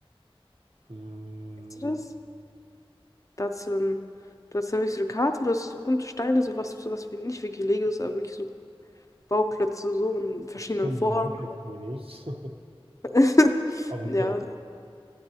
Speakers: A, on the right; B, on the left.
A: mh,
B: Kennst du das? Da hast du dann, du hast dann wirklich so eine Karte, du hast so bunte Steine, sowas, sowas wie nicht wirklich Legos, aber wirklich so Bauklötze so in verschiedenen
A: ich kenne
B: Formen.
A: den Minecraft-Modus,
B: <laughs>
A: <laughs> aber,
B: Ja.